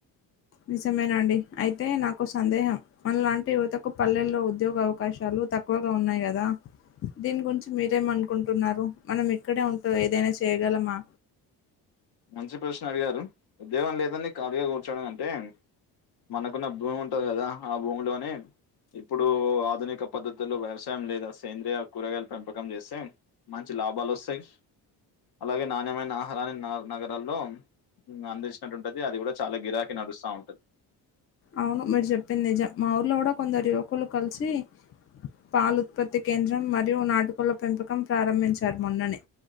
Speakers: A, on the left; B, on the left.
A: నిజమేనండి అయితే నాకు ఓ సందేహం మనలాంటి యువతకు పల్లెల్లో ఉద్యోగ అవకాశాలు. చు తక్కువగా ఉన్నాయి గదా దీని గురించి మీరేం అనుకుంటున్నారు మనం ఇక్కడే ఉంట ఏదైనా చే చేయగలమా
B: మంచి ప్రశ్న అడిగారు. ఉద్యోగం లేదని ఖాళీగా కూర్చోడం గంటే మనకున్న భూమి ఉంటది కదా ఆ భూమిలోని ఇప్పుడు ఆధునిక పద్ధతులో వ్యవసాయం లేదా సేంద్రియ కూరగాయలు పెంపకం చేస్తే మంచి లాబాలు వస్తాయి అలాగే నాణ్యమైన ఆహారాన్నీ నగరాల్లో అందించినట్టు ఉంటది అది కూడా చాలా గిరాకీ నడుస్తా ఉంటది
A: అవును మీరు చెప్పింది నిజం మా ఊర్లో కూడా కొందరు యువకులు కలిసి పాలు ఉత్పత్తి కేంద్రం మరియు నాటుకోళ్ళ పెంపకం ప్రారంభించారు మొన్ననే